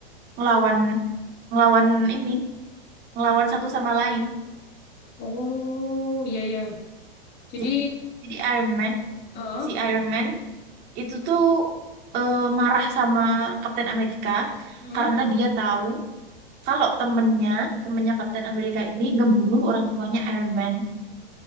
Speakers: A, on the right; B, on the left.
A: ngelawan ngelawan ini, ngelawan satu sama lain.
B: Oh, iya iya. Jadi,
A: Jadi jadi Iron Man,
B: oh,
A: si Iron Man itu tuh eh, marah sama Kapten Amerika
B: hmm.
A: karena dia tahu kalau temennya, temennya Kapten Amerika ini ngebunuh orang tuanya Iron Man.